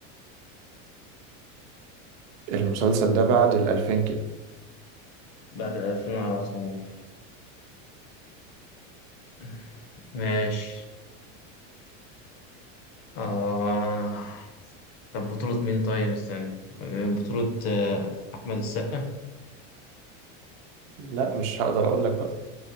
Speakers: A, on the right; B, on the left.
A: المسلسل ده بعد الألفين كده
B: بعد الألفين على طول <clears throat> ماشي آه طب بطولة مين طيب استنى بطولة آه، أحمد السقا
A: لا مش هقدر أقول لك بقى